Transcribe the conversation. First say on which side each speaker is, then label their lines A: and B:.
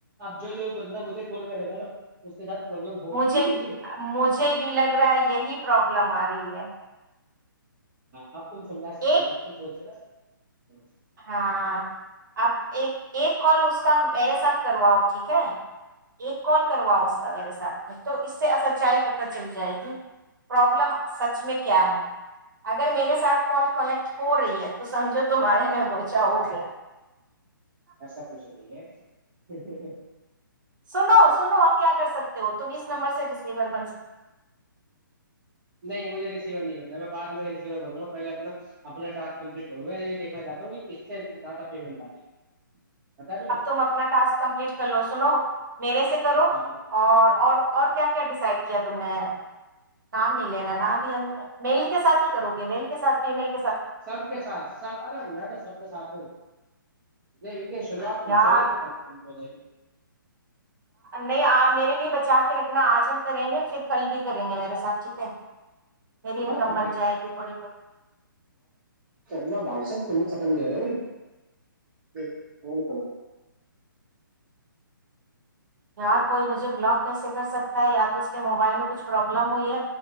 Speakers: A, on the right; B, on the right.
A: اب جو بندہ مجھے کال کرے گا نا اس کے ساتھ پرابلم ہوگی
B: مجھے مجھے بھی لگ رہا یہی پربلم آ رہی رہی ہے
A: ہ تم سمجا سکتی
B: ایک
A: ہوپ تم بول د نا تو
B: ہاں اب ایک ایک کال اس کا میرے ساتھ کرواؤ ٹھیک ہے ایک کال کرواؤ اس کا میرے ساتھ میں تو اس سے سچائی پت چل جائے گی پرابلم سچ میں کیا ہے اگر میرے ساتھ کال کنیکٹ ہو رہی ہے تو سمجھو تمہارے دوچا ہو گیا
A: ایسا کچھ نہیں ہے <unintelligible>
B: سنو سنو آپ کیا کر سکتے ہو تم اس نمبر سے ڈسلیور بن سکتے
A: نہیں مجھے ریسیور نہیں بننا میں بد میں ریسیور بنوں گا پہلے اپنا اپنا ٹس کمپلیٹ کروں گا یہ دیکھنا چاہتا ہوں کہ کس سے زیادہ پیمنٹ آ رہی ہے بتا دیں
B: اب تم اپنا ٹاسک کمپلیٹ کر لو سنو میرے سے کرو
A: ہاں ہاں
B: اور اور اور کیا ڈسائڈ کیا تم نے نام نہیں لینا ن بھی ہم میل کے سات ہی کرو گے میل کے ساتھ فی مل
A: سب کے ساتھ سب الگ میں تو سب کے ساتھ ہوں ج یہ <unintelligible> شروعات تم
B: یار
A: سے ہوی خاتم میں کم ہو جائےی
B: نہیں میرے لیے بچا کے رکھنا آج ہم کریں گے پھر کل بھی کریں گے میرے ساتھ ٹھیک ہے میری
A: تمہارا
B: انکم
A: کم
B: بن جائے گی تھوڑی بہت
A: تارہ بھائی صب تم ختم نہیں ہو رہا بی ف کرو
B: یار کوئی مجھے بلاک کیسے کر سکتا ہے یا تو اس کے موبائل میں کچھ پرابلم ہوئی ہے